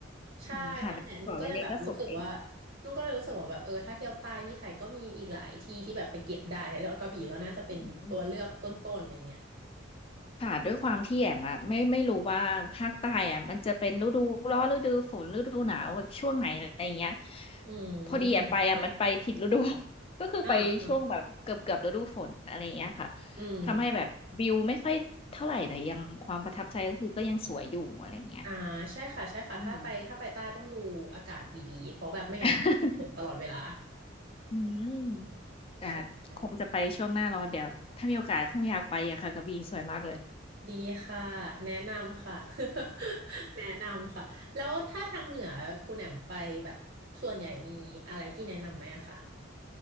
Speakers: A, on the right; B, on the left.
A: ใช่นั่นแหละนุ่นก็เลยแบบรู้สึกว่า
B: อืมค่ะแล้วเกาะไร่เลก็สวย
A: นุ่นก็เลยรู้สึกว่าแบบเออถ้าเที่ยวใต้ที่ไทยก็มีอีกหลายที่ที่แบบไปเก็บได้แล้วกระบี่ก็น่าจะเป็นตัวเลือกต้นๆอะไรเงี้ย
B: อืม ค่ะด้วยความที่แอมอะไม่ไม่รู้ว่าภาคใต้อะมันจะเป็นฤดูร้อนฤดูฝนฤดูหนาวแบบช่วงไหนอะไรอย่างเงี้ย
A: อืม
B: พอดีแอมไปอะมันไปผิดฤดู <laughs> ก็คือไปช่วงแบบเกือบเกือบฤดูฝนอะไรอย่างเงี้ยค่ะ
A: อ่าอ่าอืม
B: ทำให้แบบวิวไม่ค่อยเท่าไหร่แต่ยังความประทับใจก็คือก็ยังสวยอยู่อะไรเงี้ย
A: อ่าใช่ค่ะใช่ค่ะถ้าไปถ้าไปใต้ต้องดูอากาศดีๆเพราะแบบไม่งั้นก็ฝนตลอดเวลา
B: อืม <laughs> อืม
A: ใช่
B: แต่คงจะไปช่วงหน้าร้อนเดี๋ยวถ้ามีโอกาสคงอยากไปอะค่ะกระบี่สวยมากเลย
A: ดีค่ะแนะนำค่ะ <laughs> แนะนำค่ะแล้วถ้าทางเหนือคุณแอมมไปแบบส่วนใหญ่มีอะไรที่แนะนำไหมอะคะ